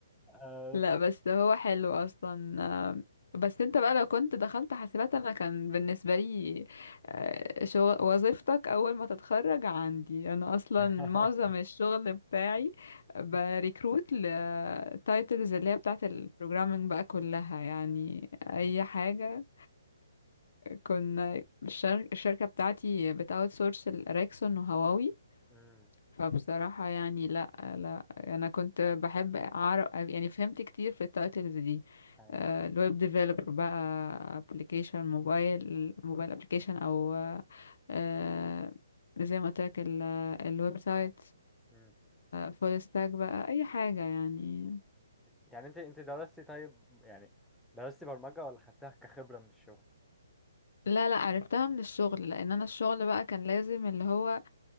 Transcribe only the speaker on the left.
لا بس هو حلو اصلا آه، بس انت بقى لو كنت دخلت حاسبات انا كان بالنسبة لي آه، شغل وظيفتك اول ما تتخرج عندي انا اصلا
معظم الشغل بتاعي بريكروت لتايتلز اللي هي بتاعت البروجرامينج بقى كلها يعني
اي حاجة كنا الشر... الشركة بتاعتي بتاوت سورس الأراكسون وهواوي
فبصراحة يعني لا لا أنا كنت بحب أعرف يعني فهمت كتير في التايتلز دي
الويب ديفلوبر بقى ابلكيشن موبايل موبايل ابلكيشن أو آه، زي ما قلت لك الويب سايت
فول ستاك بقى أي حاجة يعني
لا لا عرفتها من الشغل لأن أنا الشغل بقى كان لازم اللي هو